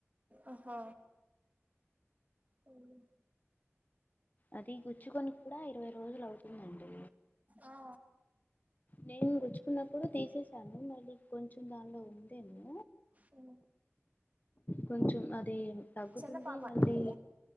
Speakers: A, on the right; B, on the left.
A: అహ్హ అవును
B: అది గుచ్చుకొని కుడా ఇరవై రోజులవుతుందండీ
A: ఆ
B: నేన్ గుచ్చుకున్నప్పుడు తీసేసాను మళ్లి కొంచెం దానిలో ఉందేమో
A: అ
B: కొంచెం అదీ తగ్గుతుంది
A: చిన్న పాప
B: మళ్ళీ
A: అండి